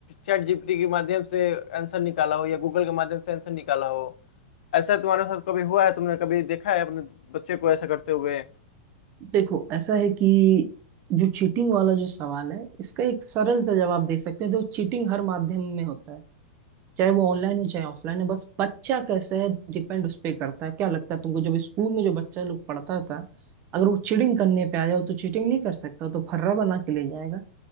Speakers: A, on the left (about 75°); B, on the right (about 35°).
A: चैट जीपीटी के माध्यम से आंसर निकाला हो या गूगल के माध्यम से आंसर निकाला हो ऐसा तुम्हारे साथ कभी हुआ है तुमने कभी देखा है अपने बच्चे को ऐसा करते हुए
B: देखो ऐसा है कि जो चीटिंग वाला जो सवाल है इसका एक सरल सा जवाब दे सकते हैं तो चीटिंग हर माध्यम में होता है चाहे वो ऑनलाइन हो चाहे ऑफलाइन हो बस बच्चा कैसा है डिपेंड उस पे करता है क्या लगता है तुमको जब स्कूल में जो बच्चा लोग पढ़ता था अगर वो चीटिंग करने पे आ जाओ तो चीटिंग नहीं कर सकता वो तो फर्रा बना के ले जाएगा